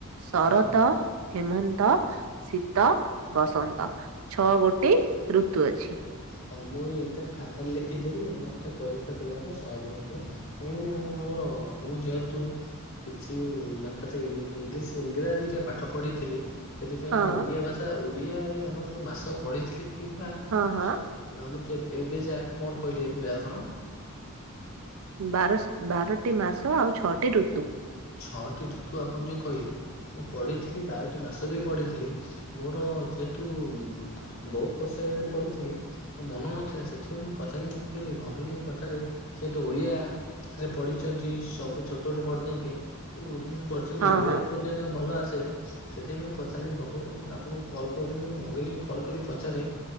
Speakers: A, on the right (about 70°); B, on the left (about 60°).
A: ଶରତ
B: ହଁ
A: ହେମନ୍ତ ଶୀତ ବସନ୍ତ ଛଅ ଗୋଟି ଋତୁ ଅଛି।
B: ହଁ ମୁଁ ଏଇଟା ଖାତାରେ ଲେଖିଦେବି ମତେ ପରୀକ୍ଷା ଦେବାର ସହଜ ହବ। କାହିଁକି ନା ମୋର ମୁଁ ଯେହେତୁ କିଛି ମାତ୍ରାରେ ଇଂଲିଶ ଇଂରାଜୀରେ ପାଠ ପଢିଥିଲି। ସେଥିପାଇଁ
A: ହଁ
B: ମୁଁ ଓଡିଆ ଭାଷା ଓଡିଆରେ ଆମର ଯୋଉ ମାସ ପଢିଥିଲି କିମ୍ବା
A: ହଁ ହଁ
B: ସପ୍ ଲାଗୁଚି ଏବେ ଏବେ ସେ କଣ ଆଗ୍ କଣ କହିଲି ଏବେ ଆପଣ?
A: ବାରସଶ୍ ବାରଟି ମାସ ଆଉ ଛଅଟି ଋତୁ।
B: ଛଅଟି ଋତୁ ଆପଣ ଯୋଉ କହିଲେ ମୁଁ ପଢିଥିଲି ବାରଟି ମାସ ବି ପଢିଥିଲି। ମୋର ଯେହେତୁ ବୋହୁତ ବର୍ଷ ହେଲାଣି ପଢିଥିଲି। ମୋ ମନ ନଥିଲା ସେଥିପାଇଁ ମୁଁ ପଚାରିଲି ମୁ କହିଲି ଭଗିନୀକୁ ପଚାରିଲି ସିଏ ତ ଓଡିଆ କାଳେ ପଢିଚନ୍ତି ସବୁ ଛୋଟ ରୁ ବଡଜାଙ୍କେ। ଓଡିଆରେ ପଢଛନ୍ତି
A: ହଁ
B: ଇଂରାଜୀ
A: ହଁ
B: ପର୍ଯ୍ୟନ୍ତ ତାଙ୍କୁ ଭଲ ଆସେ ସେଥିପାଇଁ ମୁଁ ପଚାରିଲି ଭଗିନୀ ମୁଁ ଆପୁଣୁ କଲ୍ କରିଦେଲୁନି ଭଗିନୀ କଲ୍ କରି ପଚାରେ